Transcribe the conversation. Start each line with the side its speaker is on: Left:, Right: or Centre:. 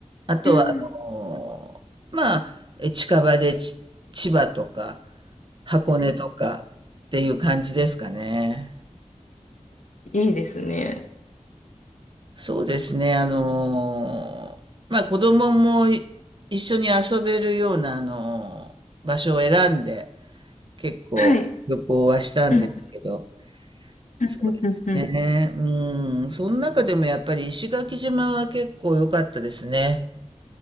Right: あとは、
Left: うん
Right: あのーまあ、え近場でち千葉とか、箱根とかっていう感じですかね。
Left: はいいいですね。
Right: そうですね。あのーまあ、子供もい一緒に遊べるような、あのー場所を選んで、結構旅行はしたんですけど、
Left: はい。うん。うんうんうん。
Right: そうですね。うん。その中でもやっぱり石垣島は結構良かったですね。